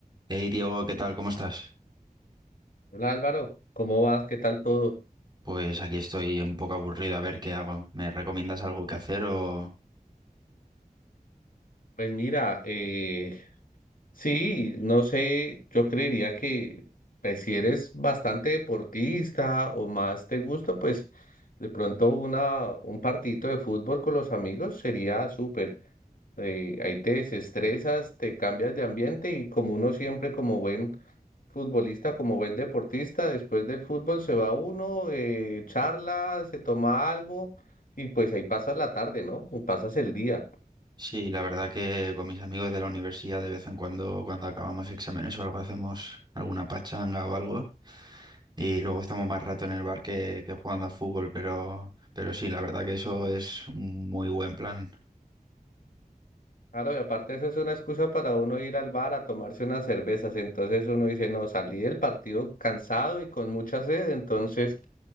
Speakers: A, on the right (about 30°); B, on the left (about 65°).
A: Hey Diego, ¿qué tal? ¿Cómo estás?
B: Hola Álvaro, ¿cómo vas? ¿Qué tal todo?
A: Pues aquí estoy un poco aburrido, a ver qué hago. ¿Me recomiendas algo que hacer o...?
B: Pues mira, eh, sí, no sé, yo creería que pues, si eres bastante deportista o más te gusta, pues de pronto una, un partidito de fútbol con los amigos sería súper. Eh, ahí te desestresas, te cambias de ambiente y como uno siempre como buen futbolista como buen deportista, después del fútbol se va uno, eh, charla, se toma algo y pues ahí pasas la tarde, ¿no? O pasas el día.
A: Sí, la verdad que con mis amigos de la universidad de vez en cuando, cuando acabamos exámenes o algo, hacemos alguna pachanga o algo. Y luego estamos más rato en el bar que, que jugando a fútbol, pero, pero sí, la verdad que eso es un muy buen plan.
B: Claro, y aparte eso es una excusa para uno ir al bar a tomarse unas cervezas. Entonces uno dice, no, salí del partido cansado y con mucha sed, entonces